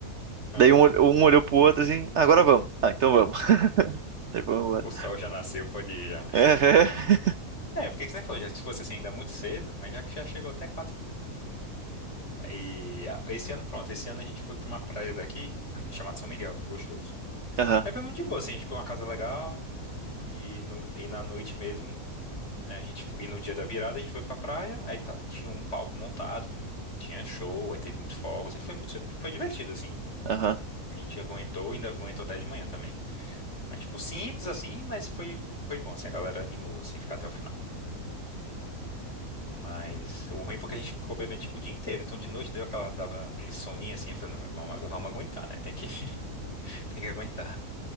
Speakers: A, on the left; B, on the right.
A: ah,
B: daí um, olh- um olhou pro outro assim, "Ah, agora vamos. Ah, então vamos. <laughs> Daí vamos embora.
A: o sol já nasceu, pode ir já.
B: Aham,
A: É, porque que você nem falou, já, se fosse assim ainda muito cedo, mas já que já chegou até quatro e pouco. E ah, esse ano, pronto, esse ano a gente foi pra uma praia daqui, <clears throat> chamada São Miguel, do Gostoso.
B: aham.
A: Aí foi muito de boa, assim, a gente pegou uma casa legal, e, no, e na noite mesmo, a gente foi, e no dia da virada a gente foi pra praia, aí tá- tinha um palco montado, com, tinha show, aí teve muito fogos, aí foi muito, foi divertido, assim.
B: aham.
A: A gente aguentou, ainda aguentou até de manhã também. Mas, tipo, simples assim, mas foi, foi bom, assim, a galera animou, assim, ficar até o final. Mas o ruim é porque a gente ficou bebendo, tipo, o dia inteiro. Então, de noite deu aquela, dava aquele soninho, assim, eu falei, não, vamos, vamos aguentar, né? Tem que, <laughs> tem que aguentar.